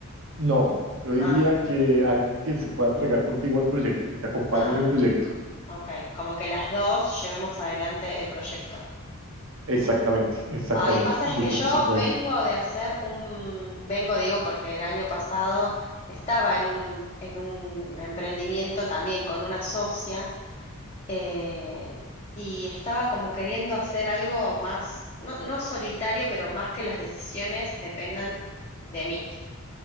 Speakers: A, on the right; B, on the left.
A: No, yo diría
B: Ah,
A: que alguien que se pueda entregar contigo al proyecto, que te acompañe
B: ah,
A: en el proyecto.
B: ok. Como que las dos llevemos adelante el proyecto.
A: Exactamente, exactamente.
B: Ahí pasa
A: Yo
B: es que
A: creo
B: yo
A: que se puede.
B: vengo de hacer un, vengo digo porque el año pasado estaba en un, en un emprendimiento también con una socia eh, y estaba como queriendo hacer algo más, no, no solitario, pero más que las decisiones dependan de mí.